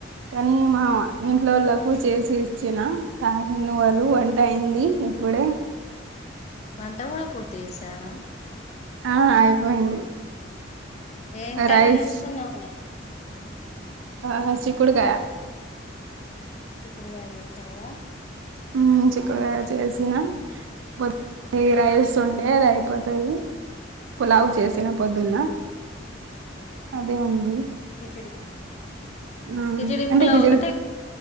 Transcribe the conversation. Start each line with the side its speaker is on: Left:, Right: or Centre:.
Right: కానీ మా ఇంట్లో వాళ్ళలకు చేసి ఇచ్చిన తాగిన వాలు వంట అయింది ఇప్పుడే
Left: వంట గూడ పూర్తి చేసావ
Right: ఆ అయిపోయింది
Left: ఏం కర్రీ
Right: రైస్
Left: చేస్తున్నావు మరి
Right: హా చిక్కుడుకాయ
Left: చిక్కుడుగాయ చేసావ
Right: హు చిక్కుడుగాయ చేసిన ద్ రైస్ ఉండే అది అయిపోతది పులావు చేసిన పొద్దున్న అదే ఉంది
Left: కిచిడి
Right: ఆ
Left: కిచిడి
Right: అంటే
Left: పులావ్
Right: కిచడి
Left: ఒకటే